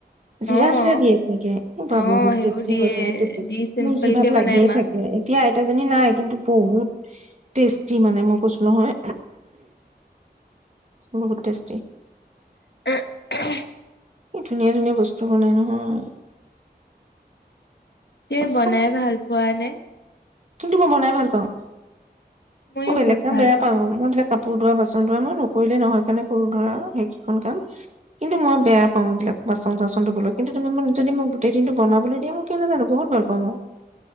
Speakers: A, on the right (about 40°); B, on the left (about 80°).
A: জিৰা,
B: অ'
A: চিৰা দিয়ে তেনেকে
B: অ'
A: বহুত
B: সেইবোৰ
A: টেষ্টি
B: দিয়ে
A: হয় বহুত টেষ্টি
B: দি চিম্পল
A: মোৰজিভাত
B: কে
A: লাগিয়ে
B: বনাই মাছ
A: থাকে, এতিয়া আইতাজনী নাই কিন্তু বহুত টেষ্টি মানে মই কৈছোঁ নহয় বহুত টেষ্টি।
B: <inaudible>
A: কি ধুনীয়া ধুনীয়া বস্তু বনাই নহয়।
B: তে
A: সঁচাকে
B: বনাই ভাল পোৱা নে?
A: কিন্তু মই বনাই ভাল পাওঁ।
B: ময়ো
A: মই বেলেগ
B: বহুত
A: কাম
B: ভাল
A: বেয়া পাওঁ, মই এইবিলাক কাপোৰ ধোৱা, বাচন ধোৱা মই নকৰিলে নহয় কাৰণে কৰো ধৰা, সেইকেইখন কাম কিন্তু মই বেয়া পাওঁ এইবিলাক বাচন-চাচন ধুবলৈ। কিন্তু তুমি যদি মোক গোটেই দিনটো বনাবলৈ দিয়া মই কিয় নাজানো বহুত ভাল পাওঁ মই।